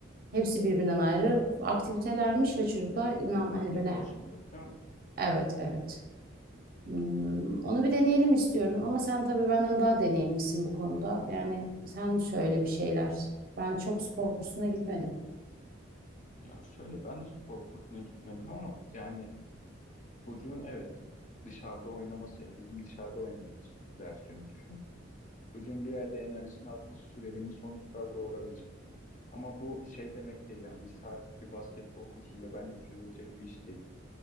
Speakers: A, on the right; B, on the left.
A: Hepsi birbirinden ayrı aktivitelermiş ve çocuklar inan
B: Basketbol
A: hani böyle
B: için diyoruz değil mi?
A: evet evet Hmm, onu bir deneyelim istiyorum ama sen tabii benden daha deneyimlisin bu konuda. Yani sen söyle bir şeyler. Ben çok spor kursuna gitmedim.
B: Ya şöyle ben de spor kursuna gitmedim ama yani çocuğun evet dışarıda oynaması yani bizim dışarıda oynadığımız versiyonu düşün. Çocuğun bir yerde enerjisini atması verimli sonuçlar doğurabilir. Ama bu şey demek değil yani bir saatlik bir basketbol kursuyla bence çözülecek bir iş değil.